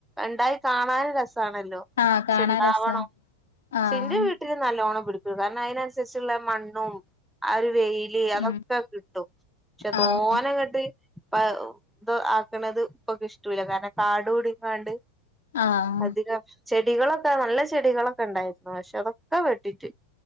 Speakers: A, in the centre; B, on the left.
A: ഉണ്ടായി കാണാൻ രസാണല്ലോ
B: ആഹ് കാണാൻ
A: ക്ഷെ ഉണ്ടാവണം.
B: രസാ
A: പക്ഷെ
B: ആഹ്
A: എന്റെ വീട്ടില് <unintelligible> പിടിക്കും കാരണം അയിനനുസരിച്ചുള്ള മണ്ണും ആ ഒരു വെയില് അതൊക്കെ
B: ഉം
A: കിട്ടും പക്ഷെ തോനങ്ങ്ട്ട്
B: ആഹ്
A: ഇപ്പ ഇത് ആക്ക്ണത് ഇപ്പ കിഷ്ട്ടൂല കാരണം കാട് കൂടിക്കാണ്ട്
B: ആഹ്
A: അധികം ചെടികളൊക്കെ നല്ല ചെടികളൊക്കെ ഉണ്ടായിരുന്നു പക്ഷെ അതൊക്കെ വെട്ടിട്ട്